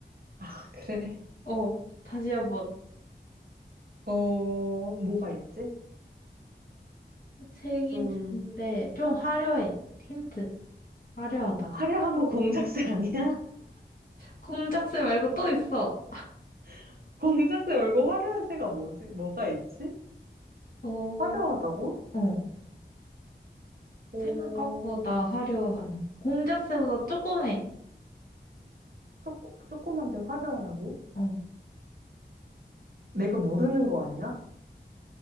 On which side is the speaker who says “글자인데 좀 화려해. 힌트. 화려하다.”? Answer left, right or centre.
Left